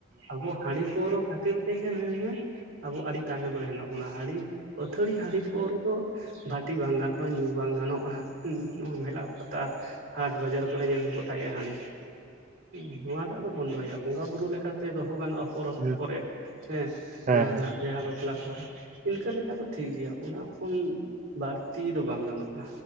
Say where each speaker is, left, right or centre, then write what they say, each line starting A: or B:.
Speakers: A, on the right (about 75°); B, on the right (about 40°).
A: ᱟᱵᱚ ᱦᱟᱸᱲᱤ ᱯᱟᱹᱣᱨᱟᱹ ᱠᱷᱟᱹᱛᱤᱨ <inaudible> ᱟᱵᱚ ᱟᱹᱰᱤ ᱛᱟᱭᱱᱚᱢ ᱨᱮ ᱦᱮᱱᱟᱜ ᱵᱚᱱᱟ ᱦᱟᱹᱲᱤ ᱟᱹᱛᱷᱟᱹᱲᱤ ᱦᱟᱺᱰᱤ ᱯᱳᱣᱨᱚ ᱫᱚ ᱵᱷᱟᱹᱴᱤ ᱵᱟᱝ ᱜᱟᱱᱚᱜ-ᱟ ᱧᱩ ᱵᱟᱝ ᱜᱟᱱᱚᱜ-ᱟ ᱦᱩᱸ ᱱᱚᱣᱟ ᱢᱮᱞᱟ ᱯᱟᱛᱟ ᱦᱟᱴ ᱵᱟᱡᱟᱨ ᱠᱚᱨᱮ ᱧᱮᱞ ᱢᱮ ᱜᱚᱴᱟ ᱜᱮ ᱦᱟᱺᱰᱤ ᱦᱩᱸ ᱱᱚᱣᱟᱴᱟᱜ ᱫᱚ ᱵᱚᱱᱫᱚ ᱦᱩᱭᱩᱜ-ᱟ ᱵᱚ ᱵᱚᱸᱜᱟ ᱵᱩᱨᱩ ᱞᱮᱠᱟᱛᱮ ᱫᱚᱦᱚ ᱜᱟᱱᱚᱜ-ᱟ ᱯᱚᱨᱚᱵᱽ
B: ᱟᱫᱚ
A: ᱠᱚᱨᱮᱜ ᱦᱮᱸ
B: ᱦᱩᱸ ᱦᱮᱸ
A: ᱡᱟᱦᱟᱸ
B: ᱦᱮᱸ
A: ᱵᱤᱦᱟᱹ ᱵᱟᱯᱞᱟ ᱠᱚᱨᱮ᱾ ᱤᱱᱠᱟᱹ ᱞᱮᱠᱟ ᱫᱚ ᱴᱷᱤᱠ ᱜᱮᱭᱟ ᱚᱱᱟ ᱠᱷᱚᱱ ᱵᱟᱹᱲᱛᱤ ᱫᱚ ᱵᱟᱝ ᱜᱟᱱᱚᱜ-ᱟ